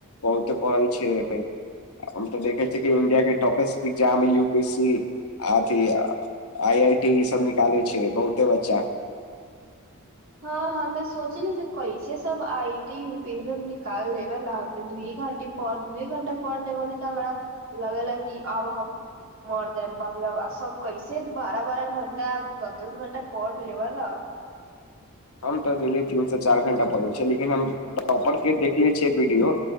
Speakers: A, on the left (about 80°); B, on the right (about 65°).
A: बहुते पढ़ै छै हम तऽ देखै छिय कि इंडिया के टाफेस इग्जाम ह यू पी एस सी आथी आइ आइ टी ई सब निकाले छै बहुते बच्चा
B: हँ हँ त सोचली जे कइसे सब I I T U P M निकालेबे ला दुए घंटे दुए घंटा पढ़ लेबे त हम लगेला कि आब हम मर जाइब बाप रे बाप सब कैसे बारह बारह घण्टा दस दस घंटा पढ़ लेबेला
A: हम तऽ डेली तीनसँ चारि घण्टा पढ़ैत छियै लेकिन हम टॉपर के देखले छियै वीडियो